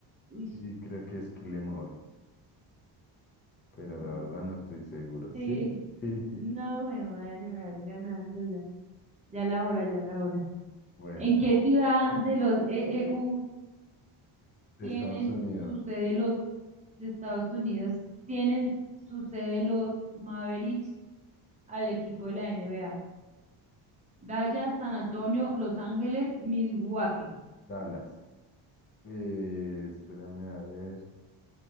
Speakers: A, on the right; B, on the left.
A: Uy,
B: Y creo que es Kilemol, pero
A: Ujú.
B: la verdad no estoy seguro. Sí,
A: sí.
B: sí.
A: No, me madre, me vas ganando ya. Ya la hora, ya la hora.
B: Bueno,
A: ¿En qué ciudad de los EEU
B: de
A: tienen
B: Estados Unidos,
A: su sede los de Estados Unidos? Tienen su sede los Mavericks al equipo de la NBA. Dallas, San Antonio, Los Ángeles, Milwaukee.
B: Dallas. Eh, espérame a ver.